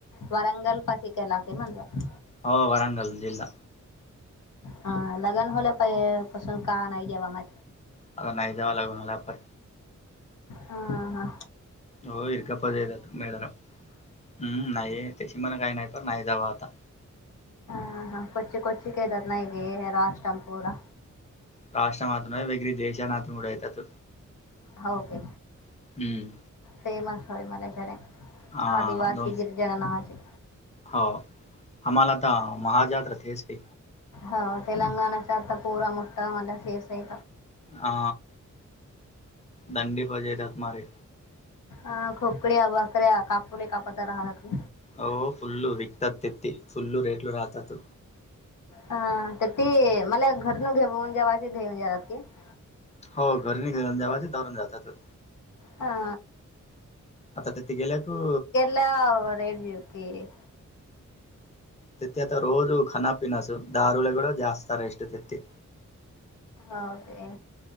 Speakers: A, on the left (about 85°); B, on the left (about 20°).
A: वरंगल पाशी केला म्हणजलं
B: हो वरांंगल जिल्हा
A: हा लग्न होलं पाहि पासून का नाही द्यावा म
B: आता नाही दवा लागूनला आपण
A: ह हा
B: हो इरगपदेत मेडन हम्म नाही त्याशी मला काही नाही प नाही जावा आता
A: ह हा कोची कोची कायेतात नाही ग राष्टम पूरा
B: राष्ट्र मातम वेगळी देशान नातूनड येतात.
A: होके
B: हम्म
A: फेमस होय मला जने
B: हा
A: ह दिवासी
B: दोन
A: गिरजन नाजे
B: हो आम्हाला तर महाजात्रतेच का
A: हो तेलंगणाचा आता पोरा मोठठा मझ फेस आहे.
B: हा दंडी पजयेतात मारी.
A: अ खोकड्या भाकऱ्या कापोले कापात राहतात.
B: हो फुल्लू विकतात ते ते फुल्लू रेटलू राहतात.
A: हा तर ती मला घटण घे जेवाची घे म्हणजे आात की <unintelligible>
B: हो घर नि घन दवाच दून जातात.
A: हा
B: आता तिथे गेल्या क
A: वरजवके <unintelligible>
B: तेथ आता रोजु खना पिनस दारुले कड जास्तार एष्टे तेत्थ
A: ओके